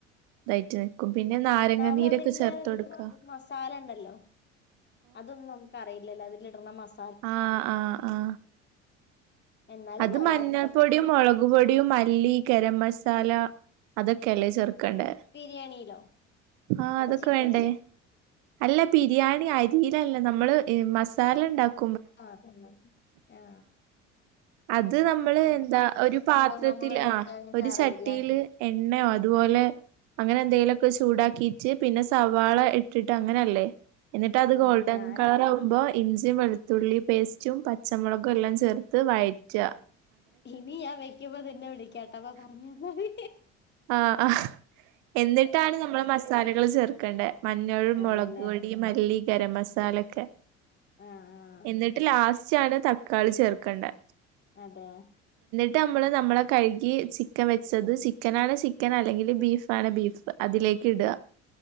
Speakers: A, on the right; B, on the left.
A: ഇതായിട്ട് നിൽക്കും പിന്നെ നാരങ്ങ
B: എന്നാലും
A: നീരൊക്കെ
B: അതിലെ
A: ചേർത്ത് കൊടുക്കുക
B: മസാല ഉണ്ടല്ലോ അതൊന്നും നമുക്ക് അറിയില്ലല്ലോ അതില് ഇടന്ന മസാല
A: ആ ആഹ് ആ
B: എന്നാലും
A: അത്
B: നോക്കണം
A: മഞ്ഞൾപ്പൊടിയും മുളക് പൊടിയും മല്ലി ഗെരമസാല മസാല അതൊക്കെല്ല ചെർക്ക കണ്ടേ
B: ബിരിയാണിയിലോ
A: ആ
B: അത്
A: അതൊക്കെ
B: ചിക്കനിലോ
A: വേണ്ടേ അല്ല ബിരിയാണി അരിടെ നമ്മള് മസാല ഉണ്ടാക്കും
B: ആ തന്നെ ആ
A: അത് നമ്മള് എന്താ ഒരു പാത്രത്തില്
B: നമ്മള് വെക്കാഞ്ഞിട്ട്
A: ആ ഒരു
B: അറിയില്ല
A: ചട്ടിയില് എണ്ണയോ അതുപോലെ അങ്ങനെ എന്തേലുമൊക്കെ ചൂടാക്കിട്ട് പിന്നെ സവാള ഇട്ടിട്ട് അങ്ങനല്ലേ എന്നിട്ട് അത്
B: ആഹ്
A: ഗോൾഡൻ
B: ഞാൻ
A: കളർ ആകുമ്പോ ഇഞ്ചിയിം വെളുത്തുള്ളി പേസ്റ്റും പച്ചമുളകും എല്ലാം ചേർത്ത് വയറ്റ് റ്റ്അ
B: ഇനി ഞാൻ വെയ്ക്കുമ്പ നിന്നെ വിളിക്കാട്ട അപ്പൊ പറഞ് തന്നാമതി
A: ആ ആ എന്നിട്ടാണ് നമ്മള് മസാലകൾ ചേർക്കേണ്ടേ മഞ്ഞൾ,
B: അതെല്ലേ
A: മുളക് പൊടി, മല്ലി, ഗരം മസാല് എക്കെ
B: ആഹ് ആഹ്
A: എന്നിട്ട് ലാസ്റ്റ് ച്ചാണ് തക്കാളി ചേർക്കണ്ടേ
B: അതെ
A: ന്നിട്ട് നമ്മള് നമ്മള് കഴുകി ചിക്കൻ വെച്ചത് ചിക്ക ചിക്കാനാണെ ചിക്കൻ അല്ലെങ്കിൽ ബീഫ് ആണെ ബീഫ് അതിലേക്ക് ഇടുക